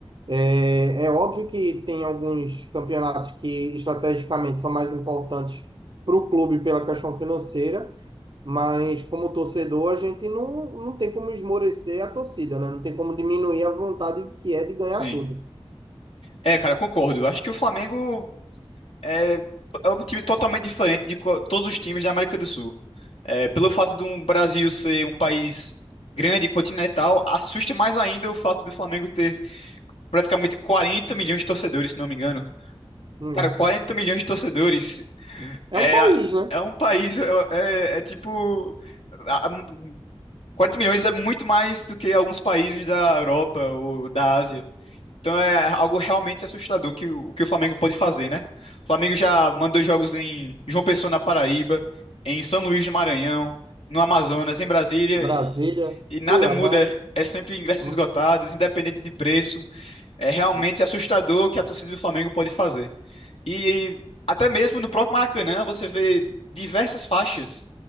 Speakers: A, on the right; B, on the left.
A: É, é óbvio que tem alguns campeonatos que estrategicamente são mais importantes para o clube pela questão financeira, mas como torcedor a gente não, não tem como esmorecer a torcida, né? Não tem como diminuir a vontade que é de ganhar
B: Sim.
A: tudo.
B: É, cara, concordo. Acho que o Flamengo é, é um time totalmente diferente de co- todos os times da América do Sul. É, pelo fato do Brasil ser um país grande, continental, assusta mais ainda o fato do Flamengo ter praticamente 40 milhões de torcedores, se não me engano.
A: Hum,
B: Cara,
A: Isso.
B: 40 milhões de torcedores.
A: É
B: É,
A: um país, né?
B: é um país. É, é é tipo. a- a- 40 milhões é muito mais do que alguns países da Europa ou da Ásia. Então é algo realmente assustador que, o que o Flamengo pode fazer, né? O Flamengo já mandou jogos em João Pessoa, na Paraíba, em São Luís, do Maranhão, no Amazonas, em Brasília,
A: Brasília,
B: e, e nada
A: Cuiabá.
B: muda. É sempre ingressos
A: hum,
B: esgotados, independente de preço. É realmente
A: Isso.
B: assustador o que a torcida do Flamengo pode fazer. E até mesmo no próprio Maracanã você vê diversas faixas